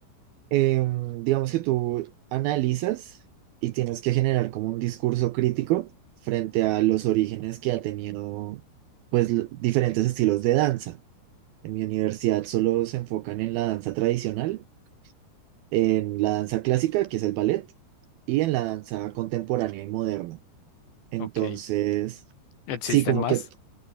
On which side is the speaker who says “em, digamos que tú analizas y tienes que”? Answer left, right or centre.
Right